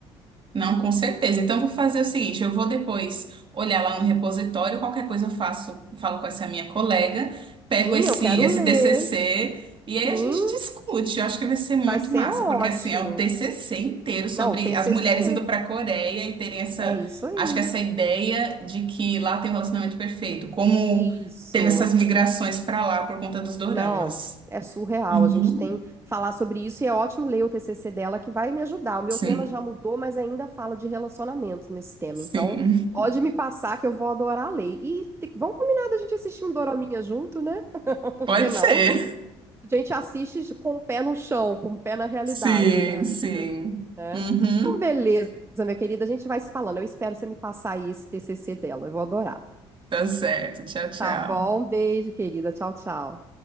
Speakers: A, on the right; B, on the right.
A: Não, com certeza. Então, eu vou fazer o seguinte: eu vou depois olhar lá no repositório, qualquer coisa eu faço, falo com essa minha colega, pego
B: Sim,
A: esse,
B: eu quero
A: esse
B: ler.
A: TCC e
B: Sim,
A: aí a gente discute. Eu acho que vai ser muito
B: vai ser
A: massa,
B: ótimo.
A: porque assim, é o TCC inteiro sobre
B: Não, TCC.
A: as mulheres indo para a Coreia e terem essa,
B: É isso aí.
A: acho que essa ideia de que lá tem um relacionamento perfeito, como
B: Isso.
A: teve essas migrações para lá por conta dos doramas.
B: Não, é surreal.
A: Uhum.
B: A gente tem que falar sobre isso e é ótimo ler o TCC dela que vai me ajudar. O meu
A: Sim,
B: tema já mudou, mas ainda fala de relacionamento nesse tema.
A: sim.
B: Então, pode me passar que eu vou adorar ler. E te- vamos combinar da gente assistir um doraminha junto, né? <laughs> Por
A: Pode
B: que não?
A: ser.
B: a gente assiste com o pé no chão, com o pé na realidade,
A: Sim,
B: né, amiga?
A: sim.
B: É.
A: Uhum.
B: Então, beleza, minha querida, a gente vai se falando. Eu espero você me passar aí esse TCC dela, eu vou adorar.
A: Tá certo. Tchau, tchau.
B: Tá bom? Um beijo, querida. Tchau, tchau.